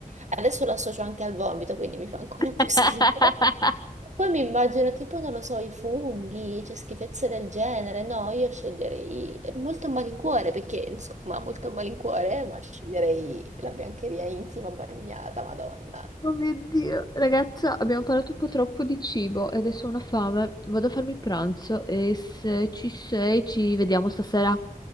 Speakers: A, on the right; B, on the left.
A: Adesso lo associo anche al vomito, quindi mi fa ancora più
B: <laughs>
A: schifo. E poi mi immagino tipo, non lo so, i funghi, cioè schifezze del genere. No, io sceglierei molto a malincuore perché, insomma, molto a malincuore, ma sceglierei la biancheria intima bagnata, Madonna.
B: Oh mio Dio, ragazza, abbiamo parlato un po' troppo di cibo e adesso ho una fame. Vado a farmi pranzo e se ci sei ci vediamo stasera.